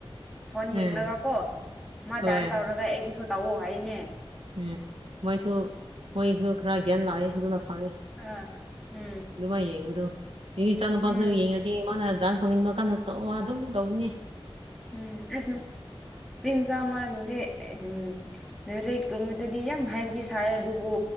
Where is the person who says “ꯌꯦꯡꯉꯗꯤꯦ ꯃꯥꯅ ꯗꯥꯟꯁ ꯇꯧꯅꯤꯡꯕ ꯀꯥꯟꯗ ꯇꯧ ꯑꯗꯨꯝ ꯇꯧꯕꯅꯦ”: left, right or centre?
Right